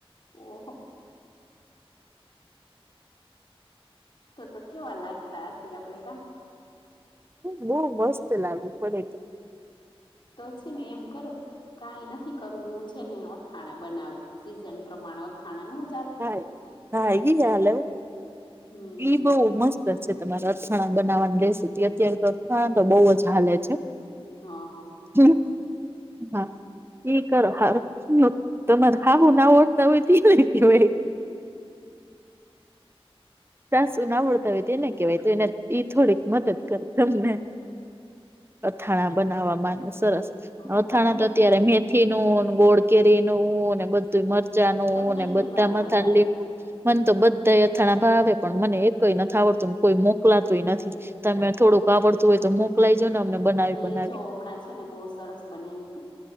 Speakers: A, on the left; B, on the right.
A: ઓહ. તો તો કેવા લાગતા હશે આપડે કા.
B: બહુ મસ્ત લાગ્યું છે.
A: તો છે ને એમ કરો કઈ નથી કરવું હું છે ને અથાણું બનાવું. સિઝન પ્રમાણે અથાણા ન ચાલે?
B: હ હા હાલે, હો
A: હમ
B: એઈ બો મસ્ત તમારે અથણા બનાવવાની રેસીપી અત્યારે તો અથણા તો બહુ જ હાલે છે.
A: હ હ.
B: <unintelligible> ત હોય હોય ભાઈ. સાસુ ના આવડતા હોય તે એને કેવાય તો એને થોડીક મદદ કરે તમને. અથાણા બનાવામાં સરસ,
A: હા
B: અથાણા
A: તી એમ
B: તો અત્યારે
A: જ
B: મેથી નું, ગોળ કેરી બધું. ત મરચા નને
A: તમને કયું
B: બધા
A: ભાવે
B: મથાણ
A: વધારે
B: લીંબુ, મને તો બધા અથાણા ભાવે. પણ મને એક નથી આવડતું કોઈ મોકલાતુંય નથી,
A: ઓહો
B: તમે થોડુંક આવડતું હોય તો મોકલાયજો ને અમને. બનાવી
A: મેં
B: બનાવી
A: જો હમણાં છે ને બહુ સરસ બનાવ્યું હતું,